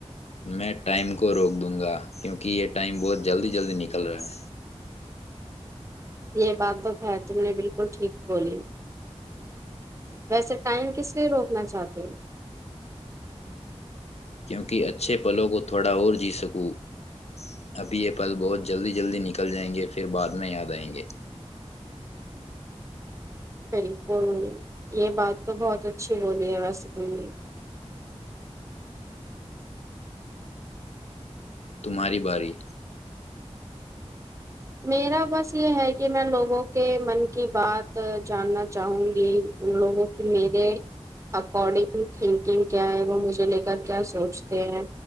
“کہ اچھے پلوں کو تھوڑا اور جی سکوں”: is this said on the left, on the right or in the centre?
Left